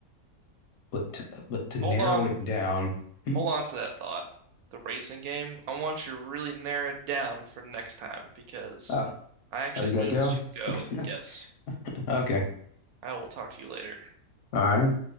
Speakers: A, on the left; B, on the right.
A: but to, but to narrow
B: Hold on,
A: it down. Hmm?
B: hold on to that thought. The racing game, I want you to really narrow it down for next time because
A: Ah,
B: I actually
A: Oh, you gotta
B: need
A: go?
B: to go.
A: <laughs>
B: Yes,
A: Okay.
B: I will talk to you later.
A: All right.